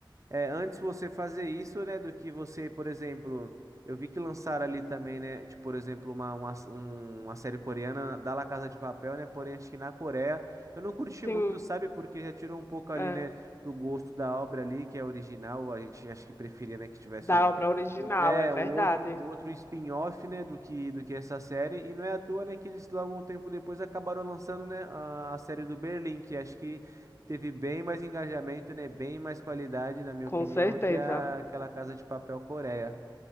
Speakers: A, on the right (about 40°); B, on the left (about 30°).
A: É, antes você fazer isso, né, do que você, por exemplo, eu vi que lançaram ali também, né, tipo, por exemplo, uma, uma, um- uma série coreana da La Casa de Papel, né, porém acho que na Coreia eu não curti
B: Sim,
A: muito, sabe, porque já tirou um pouco ali,
B: é,
A: né, do gosto da obra ali, que é original, a gente acho que preferia, né, que tivesse
B: da
A: um,
B: obra original,
A: um, é,
B: é verdade,
A: um outro, um outro spin-off, né, do que, do que essa série, e não é à toa, né, que eles logo um tempo depois acabaram lançando, né, a, a série do Berlim, que acho que Teve bem mais engajamento, né? Bem mais qualidade, na minha
B: com
A: opinião,
B: certeza.
A: que a, aquela Casa de Papel Coreia.